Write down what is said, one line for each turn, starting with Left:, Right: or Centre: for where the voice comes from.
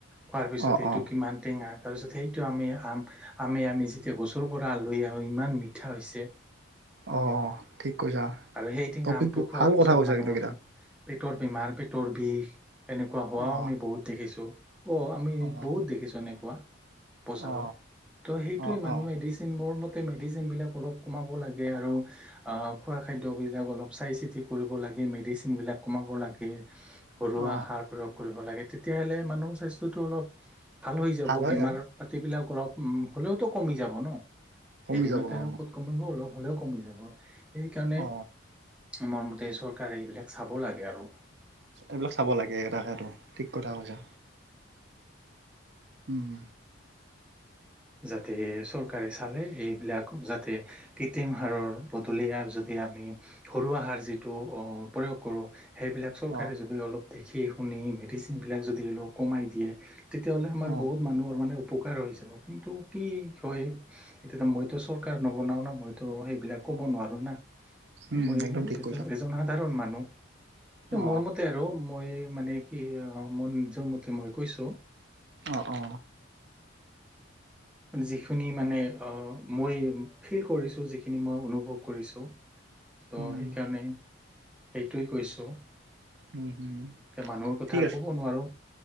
Centre: কোৱাৰ পিছত
Right: অ
Centre: এই
Right: অ
Centre: টুকি মমান টেঙা। তাৰপিছত সেইটো আমি আম - আম আমি যেতিয়া গছৰ পৰা আলহ আহো ইমান মিঠা হৈছে।
Right: অ, ঠিক কৈছা
Centre: আৰু সেই টেঙা
Right: টপিক
Centre: আমটো খোৱাৰ
Right: ভাল
Centre: পিছত
Right: কথা কৈছা
Centre: মানুহৰ
Right: কিন্তু এইকেইটা
Centre: পেটৰ বেমাৰ পেটৰ বিষ এেনেকুৱা হোৱাও
Right: অ
Centre: আমি বহুত দেখিছো। অ, আমি
Right: অ
Centre: বহুত দেখিছো এনেকুৱা। বজাৰত
Right: অ
Centre: ত' সেইটোৱে
Right: অ
Centre: মানুহ
Right: অ
Centre: মেডিচিন মোৰ ম তে মেডিচিন বিলাক অলপ কমাব লাগে আৰু আহ খোৱা খাদ্যবিলাক অলপ চাই চিতি কৰিব লাগে মেডিচিনবিলাক কমাব লাগে। ঘৰুৱা
Right: অ
Centre: সাৰ প্ৰয়োগ কৰিব লাগে তেতিয়াহ'লে মানুহৰ স্বাস্থ্যটো অলপ। ভাল হৈ যাব
Right: হয়
Centre: বেমাৰ
Right: আৰু
Centre: পাতিবিলাক অলপ উম, হ'লেওতো কমি যাব ন।
Right: কমি
Centre: এদিনতে
Right: যাব অ
Centre: আৰু ক'ত কমিব অলপ হলেও কমি যাব সেইকাৰণে
Right: অ
Centre: আমাৰ মতে চৰকাৰে এইবিলাক চাব লাগে আৰু।
Right: এইবিলাক চাব লাগে এটাকেতো ঠিক কথা কৈছা। উম,
Centre: যাতে চৰকাৰে চালে এইবিলাক যাতে কৃত্ৰিম হাৰৰ বদলি যদি আমি সৰুৱ আহাৰ যিটো প্ৰয়োগ কৰো। সেইবিলাক চৰকাৰে
Right: অ
Centre: যদি অলপ দেখি শুনি মেডিচিনবিলাক যদি অলপ কমাই দিয়ে। তেতিয়াহ'লে আমাৰ
Right: অ
Centre: বহুত মানুহৰ মানে উপকাৰ হৈ যাব। কিন্তু কি হয় এতিয়া মইতো চৰকাৰ নবনাও ন মইতো সেইবিলাক ক'ব নোৱাৰো না।
Right: উম
Centre: মই
Right: একদম ঠিক
Centre: এইটো
Right: কৈছা
Centre: এজন সাধাৰণ মানুহ
Right: অ
Centre: মোৰ মতে আৰু মই মানে কি আহ মন নিজৰ মতে মই কৈছো।
Right: অ অ
Centre: যিখিনি মানে মই ফিল কৰিছো যিখিনি মই অনুভৱ কৰিছো। তো
Right: উম
Centre: সেইকাৰণে সেইটোৱেই কৈছো।
Right: উম হম
Centre: এতিয়া মানুহৰ কথা
Right: ঠিক আছে
Centre: কব নোৱাৰো